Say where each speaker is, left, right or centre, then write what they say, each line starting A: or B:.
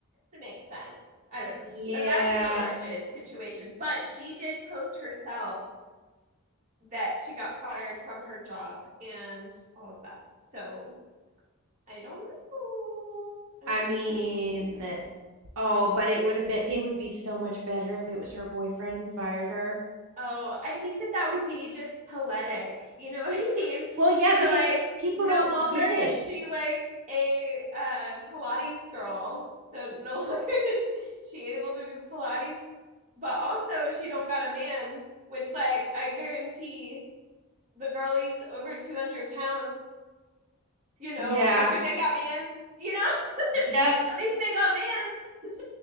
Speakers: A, on the right; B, on the right.
A: it makes sense. I
B: Yeah,
A: don't know. That's an alleged situation, but she did post herself that she got fired from her job and all of that. So I don't know. I
B: I
A: don't
B: mean,
A: know.
B: oh, but it would have been, it would be so much better if it was her boyfriend who fired her.
A: Oh, I think that that would be just poetic. You know <laughs> what I mean?
B: Well, yeah,
A: So
B: because
A: like
B: people
A: no
B: don't
A: longer
B: get
A: is
B: it.
A: she like a uh Pilates girl. So no <laughs> longer is she able to do Pilates, but also she don't got a man, which like I guarantee the girlies over 200 pounds, you know,
B: Yeah,
A: I'm sure they got mans, you know? <laughs>
B: yep.
A: At least they got mans.